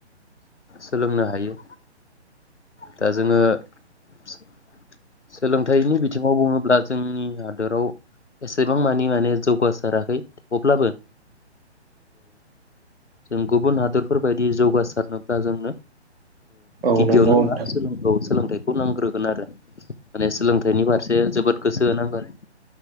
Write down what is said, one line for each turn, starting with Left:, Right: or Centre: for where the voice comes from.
Left: सोलोंनो हायो दा जोङो सोलोंथाइनि बिथिंङाव बुङोब्ला जोंनि हादोराव एसेबां मानि माने जौगासाराखै अब्लाबो जों गुबुन हादरफोरबायायदि जौगासारनोब्ला जोंनो
Right: औ
Left: गिबियावनो
Right: नंगौ
Left: होनबा
Right: नोंथां
Left: सोलों औ सोलों सोलोंथाइखौ नांग्रोगोन आरो माने सोलोंथाइनि फारसे जोबोद गोसो होनांगोन